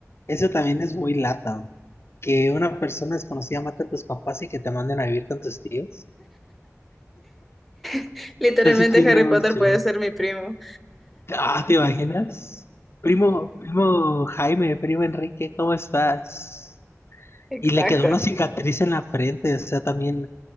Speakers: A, on the left; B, in the centre.
A: eso también es muy lata. Que una persona desconocida mate a tus papás y que te manden a vivir con tus tíos.
B: <laughs> Literalmente
A: sea, sí tiene
B: Harry
A: un
B: Potter
A: sí.
B: puede ser mi primo.
A: Ah, ¿te imaginas? Primo, primo Jaime, primo Enrique, ¿cómo estás?
B: Exacto.
A: Y le quedó una cicatriz en la frente, o sea, también